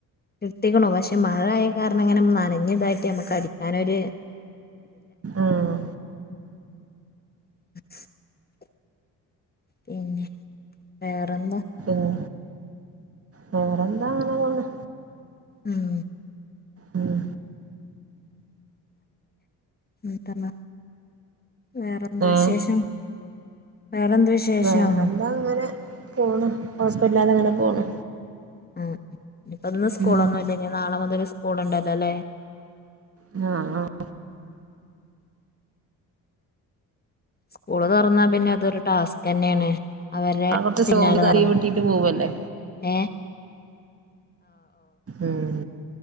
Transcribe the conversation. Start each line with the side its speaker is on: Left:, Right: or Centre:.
Left: കിട്ടിക്ക്ണു പക്ഷെ മഴയായ കാരണം ഇങ്ങനെ നനഞ്ഞ് ഇതായിട്ട് നമുക്ക് അടിക്കാനൊര്
Right: ആഹ്
Left: <inaudible> പിന്നെ വേറെന്താ
Right: പിന്നെ വേറെന്താ അങ്ങന പോന്ന്
Left: ഉം
Right: ഉം
Left: ഉം തന്ന വേറെന്ത്
Right: ഏഹ്
Left: വിശേഷം വേറെന്ത് വിശേഷം
Right: വേറെന്താ അങ്ങനെ പോണ് ഹോസ്പിറ്റലാതെ അങ്ങനെ പോണ്
Left: ഉം അപ്പം ഇന്ന് സ്കൂളൊന്നും
Right: ഉം
Left: ഇല്ലെനി നാളെ മുതൽ സ്കൂളുണ്ടല്ലോ അല്ലേ
Right: ആഹ് ആഹ്
Left: സ്കൂള് തുറന്നാ പിന്നെ അതൊരു ടാസ്ക് തന്നെയാണ് അവരുടെ
Right: ആ കുറച്ച്
Left: പിന്നാലെ
Right: <unintelligible>
Left: നടന്ന്
Right: കൂട്ടീട്ട് പോവല്ലേ
Left: ഏ
Right: ഉം